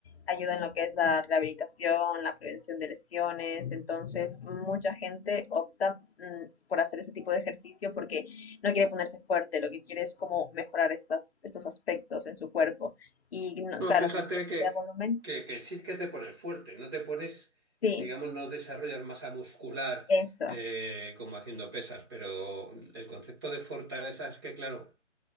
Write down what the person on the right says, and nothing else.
No,
fíjate
que,
que, que sí que te pones fuerte, no te pones,
digamos, no desarrollas masa muscular
eh, como haciendo pesas, pero el concepto de fortaleza es que, claro,